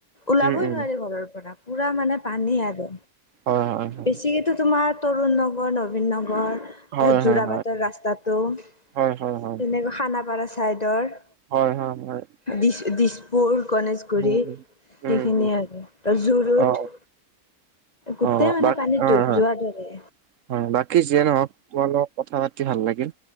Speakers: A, on the left; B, on the right.
A: ওলাবই
B: উম উম
A: নোৱাৰি ঘৰৰ পৰা, পুৰা মানে পানী আৰু।
B: হয় হয় হয়।
A: বেছিকেতো তোমাৰ তৰুণ নগৰ, নবীন নগৰ তাত
B: হয় হয় হয়
A: যোৰাবাটৰ ৰাস্তাটো, তেনেকৈ
B: হয় হয় হয়
A: খানাপাৰা চাইডৰ
B: হয় হয় হয়।
A: দিছ-দিছপুৰ, গণেশগুৰি
B: উম উম
A: সেইখিনিয়ে
B: উম উম
A: আৰু, যৰুুট।
B: অ
A: গোটেই
B: অ অ
A: মানে
B: বাক
A: পানীত
B: অ
A: ডুব
B: হয়
A: যোৱাৰ ধৰে।
B: হয়, বাকী যিয়ে ন'হওক তোমাৰ লগত কথা পাতি ভাল লাগিল